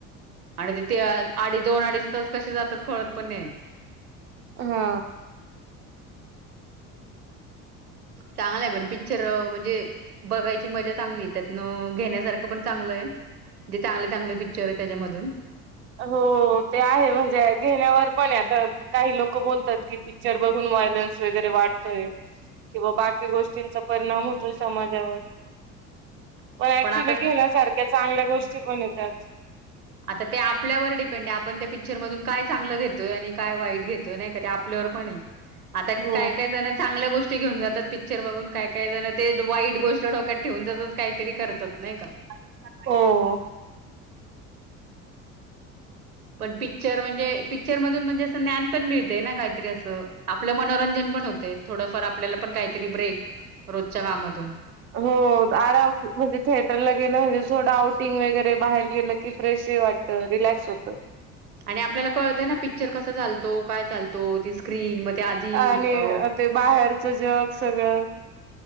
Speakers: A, on the right; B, on the right.
A: आणि तिथे अडी दोन अडीच तास कसे जातात कळत पण नाइ.
B: हा.
A: चांगलाय पण पिक्चर म्हणजे बघायची मज्जा चांगली आहे त्यात. न घेण्यासारखं पण चांगलंय जे चांगले चांगले पिच्चर तेज्यामधून
B: हो ते आहे म्हणजे घेण्यावर पणाय तर काही लोक बोलतात की पिक्चर बघून व्हायलन्स वगरे वाढतोय. किंवा बाकी गोष्टींचा परिणाम होतोय समाजावर
A: <inaudible>
B: पण ऍक्च्युली
A: आता
B: घेण्यासारख्या चांगल्या गोष्टी पण त्यात
A: आता ते आपल्यावर डिपेंडाय आपण त्या पिक्चरमधून काय चांगलं घेतोय आणि काय वाईट घेतोय नाइ का ते आपल्यावर पणये. आता
B: हो
A: काय काय जण चांगल्या गोष्टी घेऊन जातात पिक्चर बघून काय काय जण ते वाईट गोष्ट डोक्यात ठेवून तेज्ज काय तरी करतात नाइ का?
B: हो.
A: पण पिक्चर म्हणजे पिक्चर मधून अस ज्ञान पण मिळत ना काहीतरी अस आपलं मनोरंजन पण होतं थोडंफार आपल्याला पण काहीतरी ब्रेक रोजच्या कामातून
B: हो आराम म्हणजे थिएटरला गेलं म्हणजे थोडं आउटिंग वगैरे बाहेर गेलं की फ्रेश वाटतं, रिलॅक्स होत
A: आणि आपल्याला कळत ना पिक्चर कसं चालतो काय चालतो ती स्क्रीन मग ते आधी
B: आणि
A: अ
B: ते बाहेरच जग सगळं